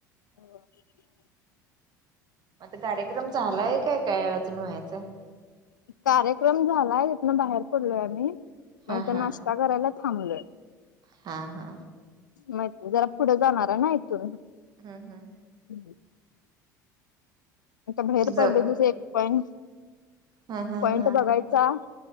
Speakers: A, on the left; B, on the right.
A: ह
B: मग आता कार्यक्रम झालाय काय काय वाचून व्हायचं.
A: कार्यक्रम झालाय तिथून बाहेर पडलोय आम्ही,
B: हा
A: मग तिथं
B: हा
A: नाश्ता करायला थांबलोय.
B: हा हा
A: माह जरा पुढं जाणार आहे ना इथून.
B: हम हम
A: हम् आता बाहेर
B: जाऊ
A: पडलो तसं एक पॉइंट-
B: हा हा
A: पॉइंट
B: हा
A: बघायचा